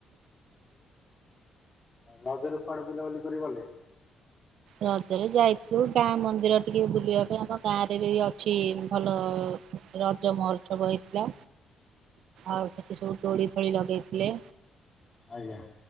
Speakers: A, on the left (about 35°); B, on the right (about 70°).
A: ରଜ ର କୁଆଡେ ବୁଲାବୁଲି କରି ଗଲେ?
B: ରଜରେ ଯାଇଥିଲୁ ଗାଁ ମନ୍ଦିର ଟିକେ ବୁଲିବା ପାଇଁ ଆମ ଗାଁ ରେ ବି ଅଛି ଭଲ ରଜ ମହୋ୍ସବ ହେଇଥିଲା। ଆଉ ସେଠି ସବୁ ଦୋଳିଫୋଳି ଲଗେଇଥିଲେ।
A: ଆଜ୍ଞା।